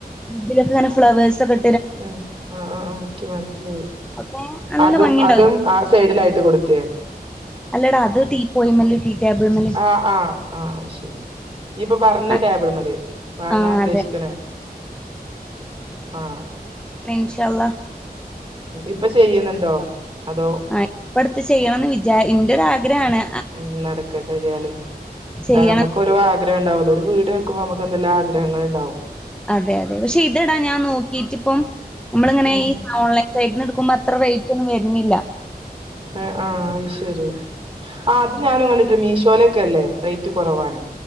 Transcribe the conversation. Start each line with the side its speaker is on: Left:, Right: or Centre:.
Centre: ഇതിലൊക്കെ ഇങ്ങനെ ഫ്ലവേഴ്സൊക്കെ
Right: ഹ്മ്മ് ആഹ്‌ ആഹ്‌ ആഹ് ഇൻക്ക് മനസ്സിലായി
Centre: ഒക്കെ നല്ല
Right: അതും
Centre: ഭംഗിണ്ടാവും
Right: അതും ആ‌ സെയ്ഡിലായിട്ട് കൊട് ക്കേ
Centre: അല്ലടാ അത് ടീ പോയിമല് ടീ ടേബിൾമ്മല്
Right: ആഹ് ആഹ് ആഹ്‌ ശെരി ഇയ്യ്പ്പം പറഞ്ഞ
Centre: ആ
Right: ടേബിൾമല് വാങ്ങാൻ
Centre: ആ
Right: ഉദ്ദേശിക്ക്ണേ,
Centre: അതെ
Right: ആഹ്‌
Centre: ഇന്നാ ഇൻശാഅല്ലാഹ്
Right: ഇപ്പം ചെയ്യ്ന്ണ്ടോ അതോ
Centre: ആഹ്‌ ഇപ്പട്ത്ത് ചെയ്യണംന്ന് വിചാ ഇന്റൊരാഗ്രഹാണ്
Right: ഹ്മ്മ് നടക്കട്ടെ എതിയാലും,
Centre: ചെയ്യണം
Right: ആഹ്‌ നമ്മുക്കൊരു ആ ഗ്രഹണ്ടാവല്ലോ ഒര് വീട് വെക്കുമ്പോ നമുക്കെന്തല്ലാം ആഗ്രഹള് ഇണ്ടാവും
Centre: അതെ അതെ, പക്ഷെ ഇതെടാ ഞാൻ നോക്കിറ്റ്പ്പം നമ്മളിങ്ങനെ
Right: ഉം
Centre: ഈ ആഹ് ഓൺലൈൻ സൈറ്റ്ന്ന് ഇടക്കുമ്പോ അത്ര റൈറ്റൊന്നും വര്ന്നില്ല
Right: ഏഹ് ആഹ്‌ അത് ശെരി ആഹ്‌ അത് ഞാനും കണ്ട് ട്ട്ണ്ട് മീശോലൊക്കല്ലേ റൈറ്റ് കൊറവാണ്